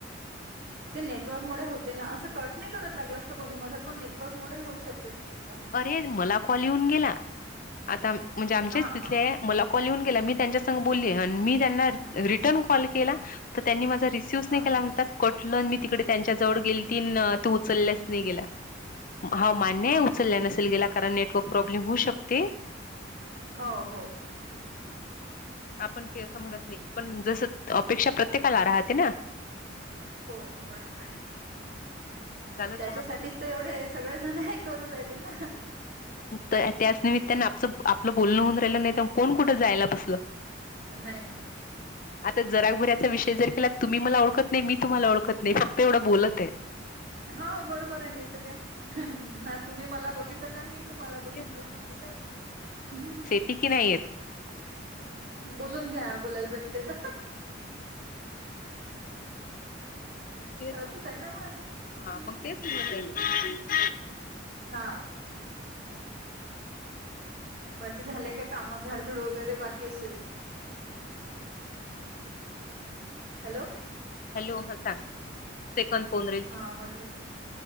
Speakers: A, on the right; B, on the left.
A: ते नेटवर्क मुळे होते ना. असं कट नाही करत लागलं असतं कोणी मधत पण नेटवर्क मुळे होऊ शकते ते. तसं
B: अरे मला कॉल येऊन गेला. आता म्हणजे आमचेच
A: हा
B: तिथले
A: हा
B: मला कॉल येऊन गेला. मी त्यांच्या संग बोलले अन् मी त्यांना रि - रिटर्न कॉल केला. तर त्यांनी माझा रिस रिसीव्ह
A: हा
B: नाही केला म्हणतात. कटल मी तिकडे त्यांच्या जवळ गेलतीन तू उचलल्यास नाही गेला. हा मान्य
A: ह
B: आहे. उचलल्या
A: ह
B: नसेल गेला कारण नेटवर्क प्रॉब्लेम होऊ शकते.
A: हो हो
B: आपण काही असं म्हणत नाही पण जसं अपेक्षा प्रत्येकाला राहते ना?
A: हो बरोबर हाय.
B: झालं
A: त्याच्यासाठीच
B: चहा पाणी
A: तर एवढे सगळेजण हे करू राहिले ना?
B: तर त्याच निमित्ताने आप स आपलं बोलणं होऊन राहिलं नाही तर कोण कुठं जायला बसलं.
A: नाही नाही.
B: आता जरागभऱ्याचा विषय जर केला तुम्ही मला ओळखत नाही. मी तुम्हाला ओळखत नाही. फक्त एवढं बोलत आहे.
A: हा बरोबर आहे नाहीत काय? ना तुम्ही मला बघितलं ना मी तुम्हाला
B: तेच
A: बघितलं. असं आहे हम्म.
B: ती की नाही येत
A: बोलून घ्या. बोलायला भेटते तर.
B: तेच
A: तसंच
B: म्हणत
A: आहे ना मग आता?
B: हा
A: हम्म.
B: <inaudible>
A: हा. बाकी झालेय का काम? झाडझुड वगैरे बाकी असेल? हॅलो.
B: हॅलो ह सांग. सेकंद पोन रे
A: हा म्हटलं.